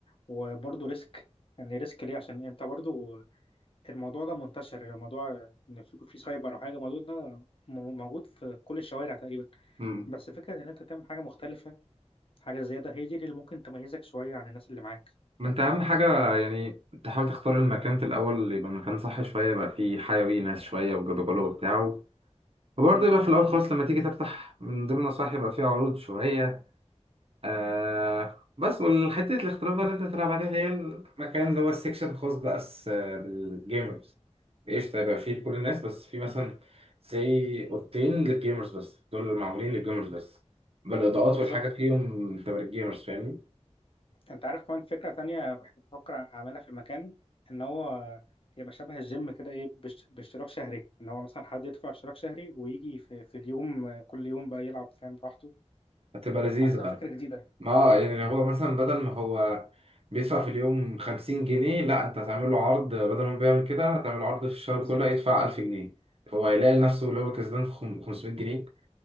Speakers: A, on the left (about 50°); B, on the right (about 55°).
A: وبرضو ريسك يعني ريسك ليه عشان انت برضو الموضوع ده منتشر الموضوع ان في في سايبر او حاجه الموضوع ده م- موجود في كل الشوارع تقريبا
B: امم
A: بس فكره ان انت تعمل حاجه مختلفه حاجه زياده هي دي اللي ممكن تميزك شويه عن الناس اللي معاك
B: ما انت اهم حاجه يعني تحاول تختار المكان في الاول اللي يبقى مكان صح شويه يبقى فيه حيوي ناس شويه وجدجله وبتاع وبرضه
A: امم
B: يبقى في الاول خالص لما تيجي تفتح من ضمن النصائح يبقى فيه عروض شويه آه بس والحتة الاختلاف بقى اللي انت بتلعب عليها اللي هي المكان اللي هو السكشن الخاص بقى بس آه، بالجيمرز ايش طيب فيه لكل الناس بس في مثلا زي اوضتين للجيمرز بس دول اللي معمولين للجيمرز بس بالاضاءات
A: بالظبط
B: والحاجة فيهم تبقى للجيمرز فاهمني
A: انت عارف كمان فكرة تانية بح- بفكر اعملها في المكان ان هو يبقى شبه الجيم كده ايه باش- باشتراك شهري ان هو مثلا حد يدفع اشتراك شهري ويجي في, في اليوم آه، كل يوم بقى يلعب فاهم براحته
B: هتبقى لذيذة
A: حاسسها فكرة
B: آه.
A: جديدة
B: ما يعني هو مثلا بدل ما هو بيدفع في اليوم 50 جنيه لا انت هتعمل له عرض بدل ما هو بيعمل كده هتعمل له عرض في الشهر
A: بالظبط
B: كله يدفع 1000 جنيه هو هيلاقي نفسه اللي هو كسبان خم- 500 جنيه